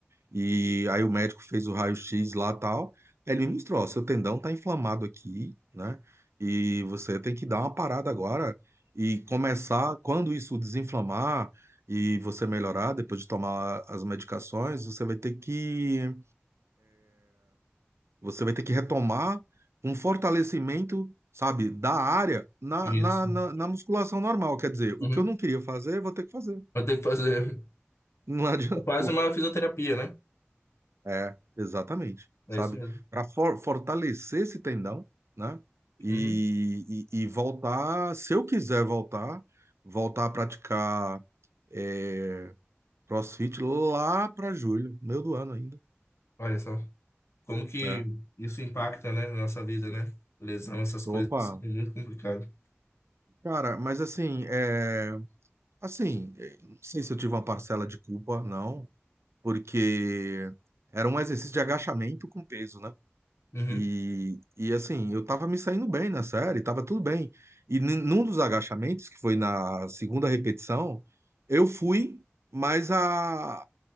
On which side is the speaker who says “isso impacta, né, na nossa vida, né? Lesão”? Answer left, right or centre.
Left